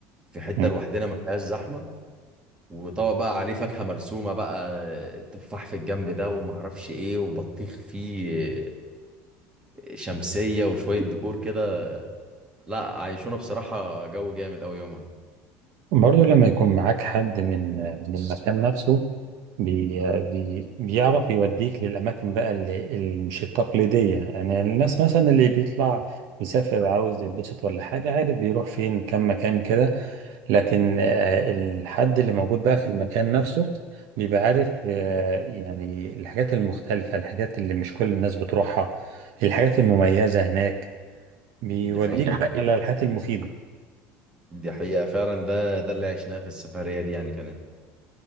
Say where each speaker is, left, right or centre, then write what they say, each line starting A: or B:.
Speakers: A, on the right; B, on the right.
A: في حته
B: مم.
A: لوحدنا ما فيهاش زحمه وطبق بقى عليه فاكهة مرسومة بقى تفاح في الجنب ده ومعرفش ايه وبطيخ فيه شمسية وشوية ديكور كده لا عايشونا بصراحة جو جامد أوي يومها
B: برضو لما يكون معاك حد من من المكان نفسه بي بي بيعرف يوديك للاماكن بقى اللي, اللي مش التقليديه يعني الناس مثلا اللي بيطلع يسافر عاوز يتبسط ولا حاجه عارف بيروح فين كم مكان كده لكن آه، الحد اللي موجود بقى في المكان نفسه بيبقى عارف آه، يعني الحاجات المختلفة الحاجات اللي مش كل الناس بتروحها الحاجات المميزة هناك بيوديك
A: دي حقيقة
B: دي بقى حقيقة على الحاجات المفيدة
A: دي حقيقة فعلا ده ده اللي عشناه في السفرية دي يعني كانت